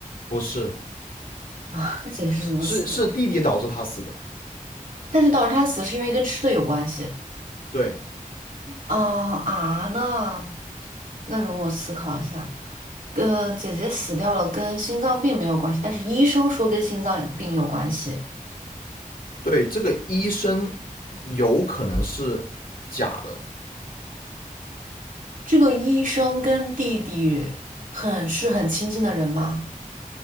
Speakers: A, on the left; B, on the right.
A: 不是，
B: 啊，那姐姐是怎么死？
A: 是是弟弟导致他死的。
B: 但是导致她死是因为跟吃的有关系。
A: 对
B: 哦啊，那那容我思考一下。跟姐姐死掉了，跟心脏病没有关系，但是医生说跟心脏病有关系。
A: 对，这个医生有可能是假的，
B: 这个医生跟弟弟很是很亲近的人吗？